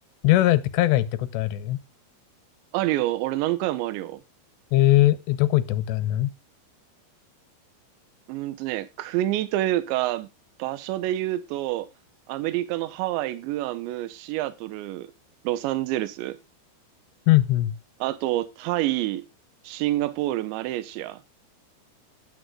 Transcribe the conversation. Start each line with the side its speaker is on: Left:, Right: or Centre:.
Left: りょうだいって海外行ったことある
Right: あるよ。俺何回もあるよ。
Left: えー、えどこ行ったことあるの
Right: うーんとね、国というか、場所で言うと、アメリカのハワイ、グアム、シアトル、ロサンゼルス、
Left: うん
Right: あと、タイ、シンガポール、マレーシア、